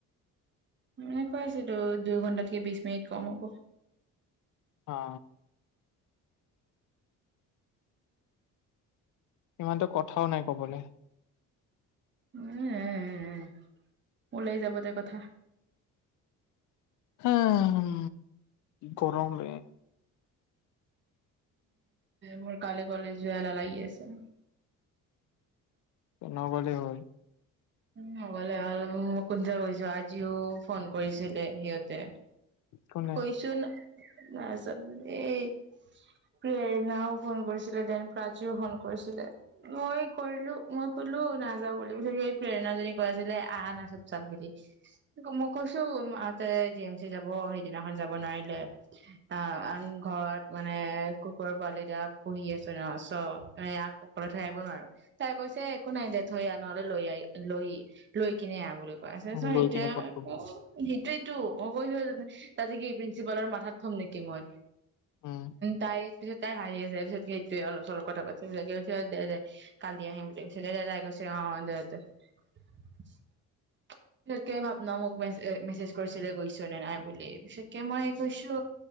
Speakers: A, on the right (about 35°); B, on the left (about 65°).
A: এ কৈ আছিলো দুই ঘন্টাতেকে বিশ মিনিট কম হ'ব
B: অ ইমানতো কথাও নাই কবলৈ
A: উম ওলাই যাবদে কথা
B: উম গৰম ন
A: মোৰ কালি কলেজ যোৱা লাগি আছে
B: নগলে হল
A: শুবলে হ'ল আৰু কোনে কৈছো আজিও ফোন কৰিছিলে সিহঁতে
B: কোনে
A: হুইছোঁ নাই এই প্ৰেৰণাও ফোন কৰিছিলে দেন প্ৰীও ফোন কৰিছিলে মই কৰিলো মই কলো নাযাও বুলি সি প্ৰেৰণাজী কৈ আছিলে আনা চপ চাপ বুলি মই কৈছো মাহঁতে জি এম চি যাব সেইদিনাখন যাব নোৱাৰিলে অ ঘৰত মানে প্ৰেৰণা জনি কৈ আছিলে আহ আহ না টোক চাব চাব দিম ত মই কৈছোঁ জিমাই যাব ত সেইদিনাখন যাব নোৱাৰিলে আ আন ঘৰত মানে কুকুৰৰ পোৱালি এটা পঢহি আছো ন চ আক অকলে থৈ আহিব নোৱাৰো তাই কৈছে একো নাই দে থৈ আহ নহ'লে লৈ আহ লৈ লৈ কিনে আহ বোলো চ সেইটোয়েই
B: লৈ পিনে ক'ত কবি
A: সেইটোই টো অ কৈ থ তাতে কি এই প্ৰিঞ্চিপালৰ মাথাত প্ৰথম নেকি মই
B: উম
A: তাই পিছত তাই হাৰি আছে পিছত কি সেইটোৱে অলপ অলপ কথা পাতি সবাকে কৈছে দে কালি আহিম বুলি পিছে দে তাই কৈছে অ দেতে আ পিতকে ভাব ন মোকে মেছেজ কৰিছিলে গৈছ নে নাই বুলি পিছতকে মই কৈছো